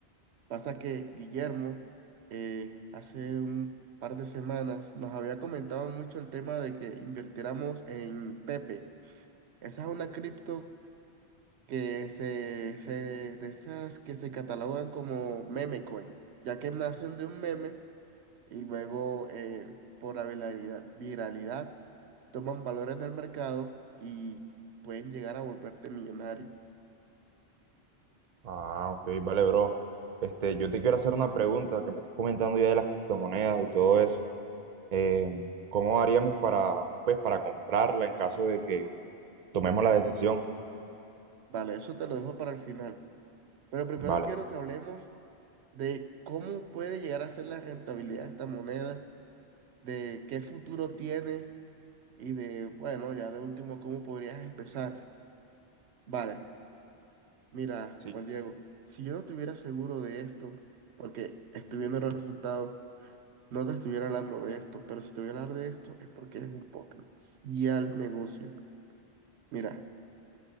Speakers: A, on the right (about 80°); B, on the right (about 45°).
A: Pasa que Guillermo eh, hace un par de semanas nos había comentado mucho el tema de que invirtiéramos en Pepe. Esa es una cripto que se, se, de esas que se catalogan como meme coin, ya que nacen de un meme y luego eh, por la viralidad, viralidad toman valor en el mercado y pueden llegar a volverte millonario.
B: Ah, ok, vale, bro. Este, yo te quiero hacer una pregunta que me estás comentando ya de las criptomonedas y todo eso. Eh, ¿cómo haríamos para, pues, para comprarla en caso de que tomemos la decisión?
A: Vale, eso te lo dejo para el final. Pero primero
B: Vale,
A: quiero
B: bro.
A: que hablemos de cómo puede llegar a ser la rentabilidad de esta moneda, de qué futuro tiene y de, bueno, ya de último, cómo podrías empezar. Vale. Mira,
B: Sí,
A: Juan Diego, si yo no estuviera seguro de esto, porque estoy viendo los resultados, no te estuviera hablando de esto, pero si te voy a hablar de esto es porque es un potencial negocio. Mira,